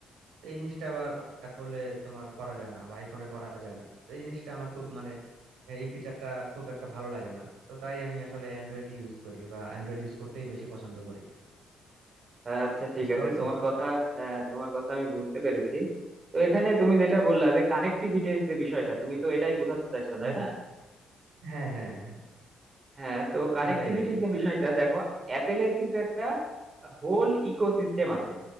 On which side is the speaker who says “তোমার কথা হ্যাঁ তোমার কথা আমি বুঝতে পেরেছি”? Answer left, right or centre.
Right